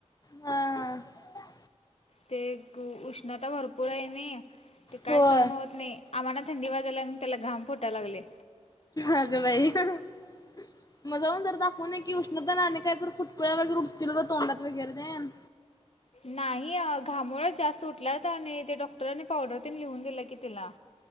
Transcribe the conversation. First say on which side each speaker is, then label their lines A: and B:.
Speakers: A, on the left; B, on the left.
A: हा ह
B: ते उष्णता भरपूर आहे नई ते काय
A: होय
B: सहण होत नाही आम्हाला थंडी वाजयलाय आणि त्याला घाम फुटायला लागले
A: अग बाई मग जाऊन जरा दाखवून ये की उष्ण नतर आणि काय तर फुटकुळ्या वगैरे उठतील ग तोंडात वगैरे तेन
B: नाही घामोळच जास्त उठलात आणि ते डॉक्टरनी पावडर ते लिहून दिलं की तिला